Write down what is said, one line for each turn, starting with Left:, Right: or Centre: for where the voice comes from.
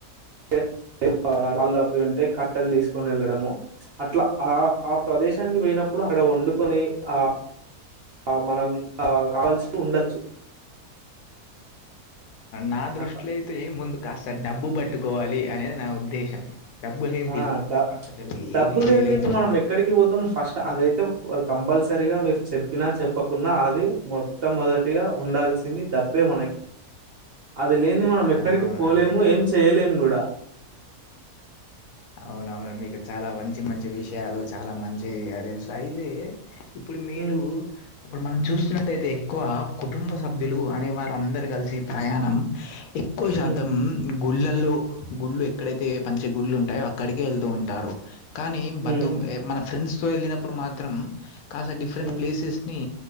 Right: ఎ ఏ ఆ ఆళ్ళు అవి ఉంటే కట్టెలు తీసుకొని వెళ్ళడము చ్ అట్లా ఆ ఆ ప్రదేశానికి పోయినప్పు ఇప్పుడు అక్కడ వండుకొని ఆ ఆ మనం ఆ కావాల్సి ఉండొచ్చు
Left: నా దృష్టిలో
Right: అట్లా
Left: అయితే ముందు కాస్త డబ్బు పట్టుకోవాలి అనేది నా ఉద్దేశం. డబ్బు లేనిది
Right: ఆ డ
Left: అసలు
Right: డబ్బులు
Left: ఏది చేయలేం
Right: ఏంది ఇప్పు
Left: కదా!
Right: మనం
Left: అని.
Right: ఎక్కడికి పోతాం ఫస్ట్ అదయితే కంపల్సరీగ మీరు చెప్పినా చెప్పకున్నా అది మొట్టమొదటిగ ఉండాల్సి సింది డబ్బే మనకి అది లేంది మనం ఎక్కడికి
Left: అవునవును.
Right: పోలేము
Left: అది నిజమే.
Right: ఏం చేయలేము గూడ
Left: అవునవును మీకు చాల మంచి మంచి విషయాలు చాల మంచి తెలుసు అయితే ఇప్పుడు మీరు
Right: ఉమ్
Left: ఇప్పుడు మనం చూస్తున్నట్టయితే ఎక్కువ కుటుంబ సభ్యులు అనే వారు అందరు కలిసి ప్రయాణం ఎక్కువ శాతం
Right: ఉమ్
Left: గుళ్ళల్లో గుళ్ళు ఎక్కడైతే పంచ గుళ్ళు ఉం అక్కడికి వెళ్తూ ఉంటారు కానీ బంధు
Right: ఉమ్
Left: మన ఫ్రెండ్స్ తో వెళ్ళినప్పుడు మాత్రం కాస్త డిఫరెంట్
Right: ఉమ్
Left: ప్లేసెస్ని